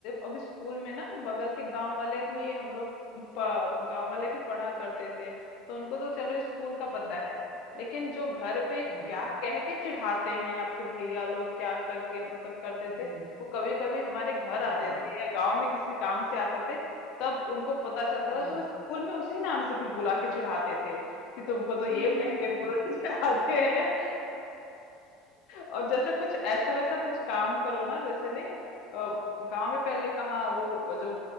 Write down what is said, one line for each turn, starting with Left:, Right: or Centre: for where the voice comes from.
Left: अभी स्कूल में ना बगल के गांव वाले भी हम लोग प- गांव वाले भी पढ़ा करते थे तो उनको तो चलो स्कूल का
Right: हम्म
Left: पता है लेकिन जो घर पे क्या
Right: हम्म
Left: कह के चिढ़ाते हैं आपके भैया लोग क्या करके मतलब करते
Right: हम्म
Left: थे वो कभी कभी हमारे घर
Right: हाँ
Left: आते थे या गांव में किसी काम से आते थे तब उनको पता चलता
Right: हम्म
Left: था तो वो स्कूल में उसी नाम से फिर बुला के चिढ़ाते थे कि तुमको तो ये
Right: <laughs>
Left: कह के बुला <laughs> चिढ़ाते हैं और जैसे कुछ ऐसे वैसा कुछ काम करो ना जैसे नहीं गांव में पहले कहाँ वो जो